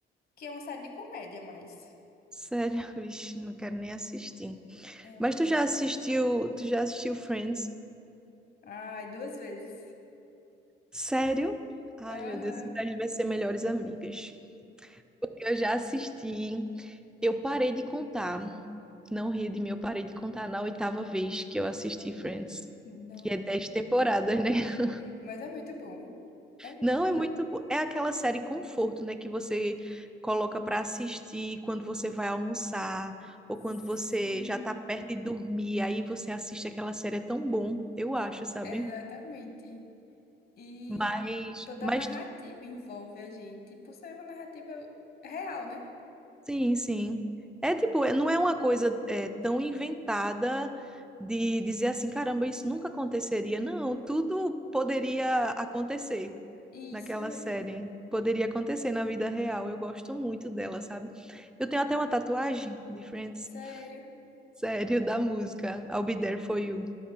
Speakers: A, on the left; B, in the centre.
A: que é uma série de comédia, mas
B: Sério, <laughs> vixe, não quero nem assistir.
A: é uma
B: Mas
A: pena.
B: tu já assistiu, tu já assistiu Friends?
A: Ai, duas vezes.
B: Sério? Ai,
A: Aham.
B: meu Deus, então a gente vai ser melhores amigas. Porque eu já assisti, eu parei de contar, não ri de mim, eu parei de contar na oitava vez que eu assisti Friends.
A: Não.
B: E é dez temporadas, né? <laughs>
A: Mas é muito bom. É muito
B: Não,
A: bom.
B: é muito, bo- é aquela série conforto, né, que você coloca pra assistir quando você vai almoçar ou
A: Sim,
B: quando você já tá perto de dormir, aí você assiste aquela série, é tão bom, eu acho, sabe?
A: exatamente. E
B: Mas,
A: toda
B: mas
A: a narrativa
B: tu
A: envolve a gente, por ser uma narrativa real, né?
B: Sim, sim. É tipo, é- não é uma coisa é, tão inventada de dizer assim, caramba, isso nunca aconteceria. Não, tudo poderia acontecer
A: Isso
B: naquela
A: mesmo.
B: série. Poderia acontecer na vida real. Eu gosto muito dela, sabe? Eu tenho até uma tatuagem de Friends,
A: Sério.
B: sério, da música I'll Be There For You.